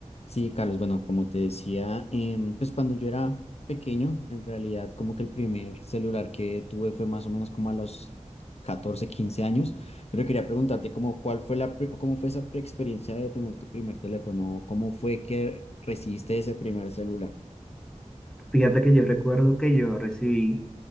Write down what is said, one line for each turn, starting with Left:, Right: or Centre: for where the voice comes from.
Left: Sí, Carlos, bueno, como te decía, em, pues cuando yo era pequeño, en realidad como que el primer celular que tuve fue más o menos como a los 14, 15 años, pero quería preguntarte como cuál fue la, pri- cómo fue esa pre- experiencia de tener tu primer teléfono, cómo fue que recibiste ese primer celular,
Centre: Fíjate que yo recuerdo que yo recibí